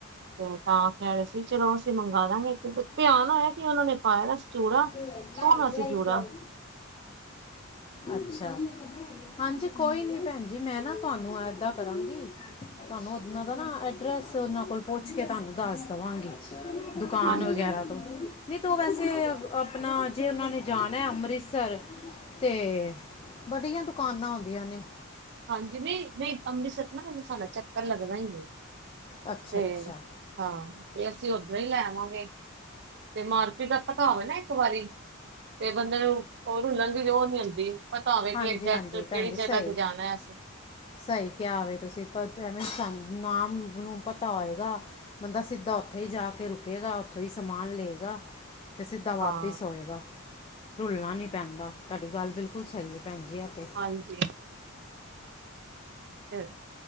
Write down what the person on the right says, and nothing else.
ਤੇ ਤਾਂ ਕੈ ਰੇ ਸੀ ਚਲੋ ਅਸੀ ਮੰਗਾ ਦਾਂਗੇ ਧਿਆਨ ਆਇਆ ਕਿ ਉਨਾ ਨੇ ਪਾਇਆ ਹੋਇਆ ਸੀ ਚੂੜਾ।
ਸੋਹਣਾ
ਸੀ ਚੂੜਾ
ਹਾਂਜੀ
ਹਾਂਜੀ ਨਹੀਂ ਮੈਂ ਅੰਮ੍ਰਿਤਸਰ ਨਾ ਵੈਸੇ ਸਾਡਾ ਚੱਕਰ ਲੱਗਣਾ ਹੀ ਏ
ਤੇ
ਹਾਂ ਤੇ ਅਸੀਂ ਉੱਧਰੋਂ ਹੀ ਲੈਆਵਾਂਗੇ ਤੇ ਮਾਰਕੀਟ ਦਾ। ਪਤਾ ਹੋਵੇ ਨਾ ਇੱਕ ਵਾਰੀ ਤੇ ਬੰਦੇ ਨੂੰ ਉਹ ਰੁਲਣ ਦੀ ਉਹ ਨੀ ਹੁੰਦੀ ਪਤਾ ਹੋਵੇ ਕਿ
ਐਗਜੈਕਟ
ਕਿਹੜੀ
ਜਗ੍ਹਾ
ਤੇ ਜਾਣਾ ਏ
ਹਾਂ
ਹਾਂਜੀ ਫੇਰ